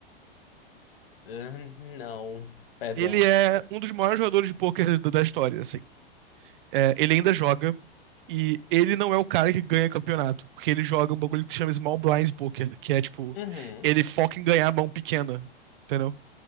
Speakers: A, on the left (about 65°); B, on the right (about 55°).
A: Ah, ah, não. Perdão.
B: Ele é um dos maiores jogadores de pôquer da da história, assim. É, ele ainda joga e ele não é o cara que ganha campeonato, porque ele joga um bagulho que se chama Small Blind Poker, que é tipo,
A: Uhum.
B: ele foca em ganhar a mão pequena, entendeu?